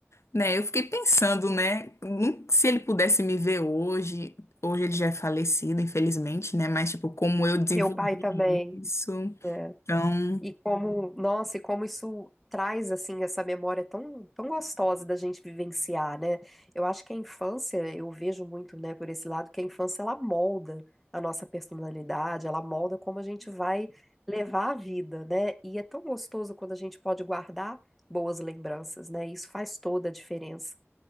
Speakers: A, on the left; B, in the centre.
A: né? Eu fiquei pensando, né? num- Se ele pudesse me ver hoje, hoje ele já é falecido, infelizmente, né? Mas, tipo, como eu desenvolvi
B: Meu pai também.
A: isso.
B: né?
A: Então.
B: E como, nossa, e como isso traz assim essa memória tão, tão gostosa da gente vivenciar, né? Eu acho que a infância, eu vejo muito, né, por esse lado, que a infância ela molda a nossa personalidade, ela molda como a gente vai levar a vida, né? E é tão gostoso quando a gente pode guardar boas lembranças, né? Isso faz toda a diferença.